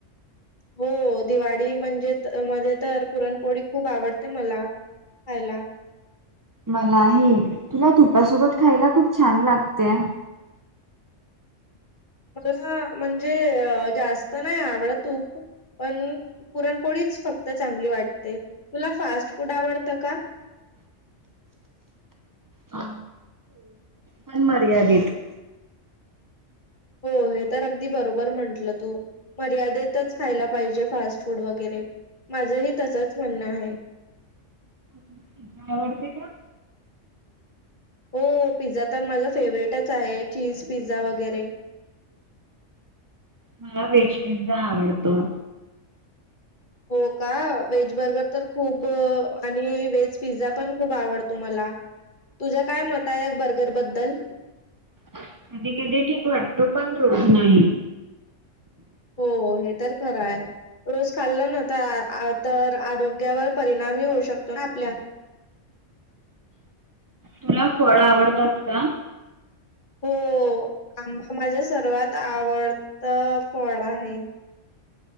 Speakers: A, on the left; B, on the right.
A: हो दिवाळी म्हणजे मध्ये तर पुरणपोळी खूप आवडते मला खायला
B: मलाही तुला तुपासोबत खायला खूप छान लागते
A: मला म्हणजे अ जास्त नाही आवडत तूप पण पुरणपोळीच फक्त चांगली वाटते तुला फास्ट फूड आवडतं का
B: अ पण मर्यादेत
A: हो हे तर अगदी बरोबर म्हंटलं तू मर्यादेतच खायला पाहिजे फास्ट फूड वगैरे माझंही तसंच म्हणणं आहे
B: तुमला पिझ्झा आवडते का
A: हो पिझ्झा तर माझा फेवर्हेटच आहे चीज पिझ्झा वगैरे.
B: मला व्हेज पिझ्झा आवडतो.
A: हो का, व्हेज बर्गर तर खूब आणि व्हेज पिझ्झा पण खूप आवडतो मला. तुझ्या काय मत आहे बर्गर बद्दल?
B: कधी, कधी ठीक वाटतो पण रोज नाही.
A: हो हे तर खर आहे. रोज खाल्ल ना त तर आरोग्यावर परिणाम ही होऊ शकतो ना आपल्या.
B: तुला फळ आवडतात का?
A: हो, आंबा माझा सर्वात आवडत फळ आहे.